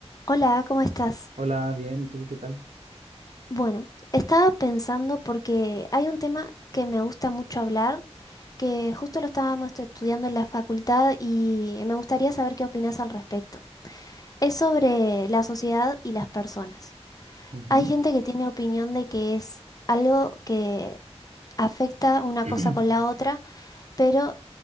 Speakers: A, on the left (about 35°); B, on the right (about 75°).
A: Hola, ¿cómo estás?
B: Hola, bien, ¿y tú qué tal?
A: Bueno, estaba pensando porque hay un tema que me gusta mucho hablar, que justo lo estábamos estudiando en la facultad y me gustaría saber qué opinas al respecto. Es sobre la sociedad y las personas.
B: Ujú.
A: Hay gente que tiene opinión de que es algo que afecta una
B: <clears throat>
A: cosa con la otra, pero